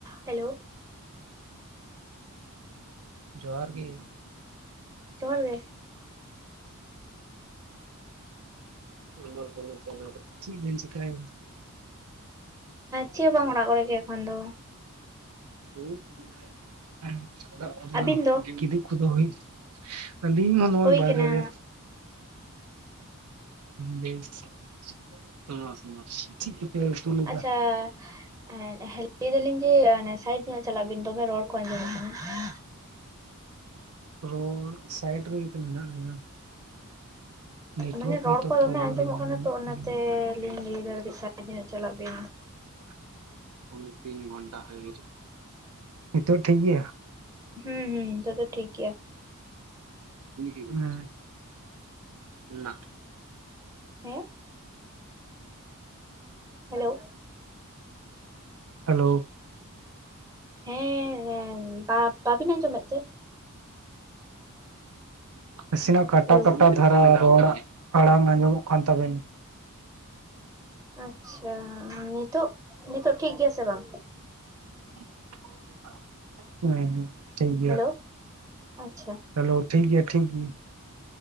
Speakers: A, on the right (about 15°); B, on the right (about 80°).
A: ᱦᱮᱞᱳ
B: ᱡᱚᱦᱟᱸᱨ ᱜᱮ
A: ᱡᱚᱦᱟᱸᱨ ᱜᱮ
B: <unintelligible> ᱪ ᱢᱮᱱ ᱪᱟᱭ
A: ᱪᱮᱫ ᱵᱟᱝ ᱚᱲᱟᱜ ᱠᱚ ᱨᱮ ᱜᱮ ᱮᱠᱷᱚᱱ ᱫᱚ
B: <unintelligible> ᱟᱜ
A: ᱟᱹᱵᱤᱱ ᱫᱚ
B: ᱠᱚ ᱜᱤᱫᱤᱡ ᱠᱚᱫᱚ ᱦᱩᱭᱩᱜ ᱟᱞᱤᱧ ᱦᱚᱸ ᱱᱚᱜᱼᱚᱭ
A: ᱦᱳᱭ
B: ᱵᱟᱭᱨᱮ
A: ᱠᱟᱱᱟ
B: ᱨᱮ ᱵᱮᱥ <unintelligible> ᱪᱮᱫ ᱠᱚᱯᱮ ᱩᱛᱩ ᱞᱮᱫᱟ?
A: ᱟᱪᱪᱷᱟ ᱞᱟᱹᱭ ᱫᱟᱞᱤᱧ ᱡᱮ ᱥᱟᱭᱤᱰ ᱧᱚᱜ ᱪᱟᱞᱟᱜ ᱵᱤᱱ ᱫᱚᱢᱮ ᱨᱚᱲ ᱠᱚ ᱟᱸᱡᱚᱢᱚᱜ ᱠᱟᱱᱟ ᱾
B: ᱨᱚᱲ ᱥᱟᱭᱤᱰ ᱨᱮᱜᱮ ᱛᱚ ᱢᱮᱱᱟᱜ ᱞᱤᱧᱟ ᱱᱮᱮᱴᱣᱟᱨᱠ
A: ᱢᱟᱱᱮ
B: ᱦᱚᱭᱛᱳ
A: ᱨᱚᱲ ᱠᱚ
B: <unintelligible>
A: ᱫᱚᱢᱮ ᱟᱸᱡᱚᱢᱚᱜ ᱠᱟᱱᱟ ᱛᱚ ᱚᱱᱟᱛᱮ ᱞᱤᱧ ᱞᱟᱹᱭᱫᱟ ᱠᱟᱹᱴᱤᱡ ᱥᱟᱭᱤᱰ ᱧᱚᱜ ᱪᱟᱞᱟᱜ ᱵᱤᱱ
B: ᱛᱤᱱ ᱜᱷᱚᱱᱴᱟ ᱦᱩᱭ, ᱱᱤᱛᱳᱜ ᱴᱷᱤᱠ ᱜᱮᱭᱟ?
A: ᱦᱩᱸ ᱦᱩᱸ ᱱᱤᱛᱚᱜ ᱫᱚ ᱴᱷᱤᱠ ᱜᱮᱭᱟ᱾
B: ᱱᱟ <unintelligible>
A: ᱦᱮᱸ ᱦᱮᱞᱳ
B: ᱦᱮᱞᱳ
A: ᱦᱮᱸ ᱵᱟᱼᱵᱟᱵᱤᱱ ᱟᱸᱡᱚᱢᱮᱫ ᱛᱮ
B: ᱱᱟᱥᱤᱱᱟᱜ ᱠᱟᱴᱟ
A: ᱦᱮᱞᱳ
B: ᱠᱟᱴᱟ ᱫᱷᱟᱨᱟ ᱨᱚᱲ ᱟᱲᱟᱝ ᱟᱸᱡᱚᱢᱚᱜ ᱠᱟᱱ ᱛᱟᱵᱤᱱ
A: ᱟᱪᱪᱷᱟ ᱱᱤᱛᱳᱜ ᱱᱤᱛᱚᱜ ᱴᱷᱤᱠ ᱜᱮᱭᱟ ᱥᱮ ᱵᱟᱝ?
B: <unintelligible> ᱴᱷᱤᱠ ᱜᱮᱭᱟ
A: ᱦᱮᱞᱳ ᱟᱪᱪᱷᱟ
B: ᱦᱮᱞᱳ ᱴᱷᱤᱠ ᱜᱮᱭᱟ ᱴᱷᱤᱠ ᱜᱮ